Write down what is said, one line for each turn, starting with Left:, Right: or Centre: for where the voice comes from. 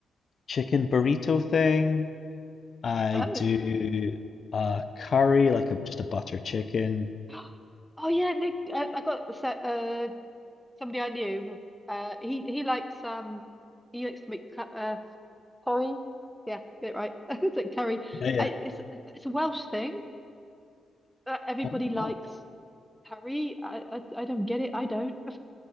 Left: chicken burrito thing. I
Centre: Oh.
Left: do a curry, like a just a butter chicken.
Centre: <gasps> Oh yeah, Nick. Uh, I got a set, uh somebody I knew. Uh, he he likes um he likes to make cu- uh Curry. Yeah, get it right. <laughs> It's like curry.
Left: Yeah. yeah.
Centre: I, it's it's a Welsh thing. Uh, everybody
Left: Oh wow.
Centre: likes curry. I, I I don't get it. I don't. <laughs>